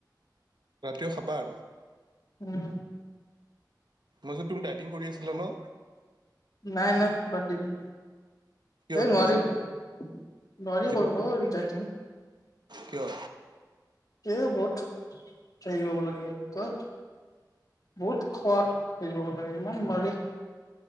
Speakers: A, on the right (about 75°); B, on the left (about 55°).
A: ৰাতিও খাবা আৰু?
B: উম।
A: মাজত তুমি ডাইটিং কৰি আছিলা ন?
B: নাই - নাই বাদ দিলোঁ।
A: কিয়
B: এই নোৱাৰি
A: তুমি জিমত
B: - নোৱাৰি
A: জিমত
B: কৰিব এই ডাইটিং।
A: কিয়?
B: এই বহুত, হেৰি হব লাগে কি কয়? বহুত খোৱাৰ হেৰী কৰিব লাগে, ইমান নোৱাৰি।